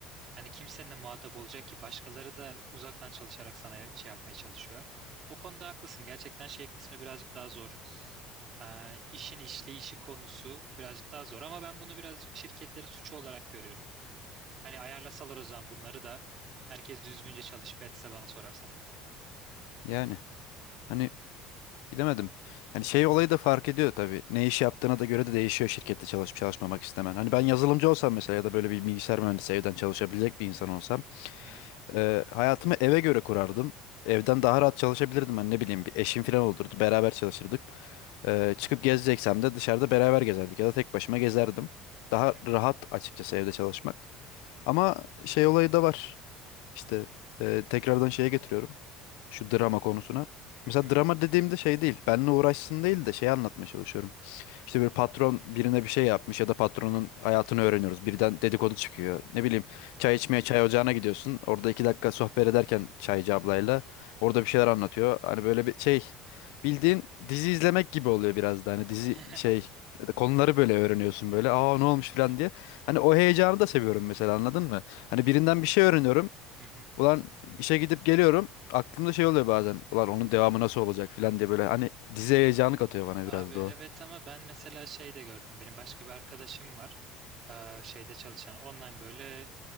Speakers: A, on the right; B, on the left.
A: hani kimsenin de muhatap olacak ki başkaları da uzaktan çalışarak sana şey yapmaya çalışıyor. O konuda haklısın. Gerçekten şey kısmı birazcık daha zor. Ee, işin işleyişi konusu birazcık daha zor ama ben bunu birazcık şirketlerin suçu olarak görüyorum. Hani ayarlasalar o zaman bunları da herkes düzgünce çalışıp etse bana sorarsan.
B: Yani hani bilemedim. Yani şey olayı da fark ediyor tabii. Ne iş yaptığına da göre de değişiyor şirkette çalışıp çalışmamak istemen. Hani ben yazılımcı olsam mesela ya da böyle bir bilgisayar mühendisi evden çalışabilecek bir insan olsam
A: Hı hı.
B: e, hayatımı eve göre kurardım. Evden daha rahat çalışabilirdim ben ne bileyim bir eşim falan olurdu beraber çalışırdık. E, çıkıp gezeceksem de dışarıda beraber gezerdik ya da tek başıma gezerdim. Daha
A: Hı hı.
B: rahat açıkçası evde çalışmak. Ama şey olayı da var. İşte e, tekrardan şeye getiriyorum. Şu drama konusuna.
A: Hı
B: Mesela
A: hı.
B: drama dediğimde şey değil. Benimle uğraşsın değil de şey anlatmaya çalışıyorum. İşte bir patron birine bir şey yapmış ya da patronun hayatını öğreniyoruz. Birden dedikodu çıkıyor. Ne bileyim çay içmeye çay ocağına gidiyorsun. Orada iki dakika sohbet ederken çaycı ablayla orada bir şeyler anlatıyor. Hani böyle bir şey bildiğin dizi izlemek gibi oluyor biraz da. Hani dizi
A: <laughs>
B: şey ya da konuları böyle öğreniyorsun böyle. Aa ne olmuş
A: Hı
B: falan
A: hı.
B: diye. Hani o heyecanı da seviyorum mesela anladın mı? Hani birinden bir şey öğreniyorum.
A: Hı hı.
B: Ulan işe gidip geliyorum. Aklımda şey oluyor bazen. Ulan onun devamı nasıl olacak filan diye böyle hani dizi heyecanı katıyor bana
A: Abi
B: biraz
A: evet
B: da o.
A: ama ben mesela şey de gördüm. Benim başka bir arkadaşım var. Ee, şeyde çalışan online böyle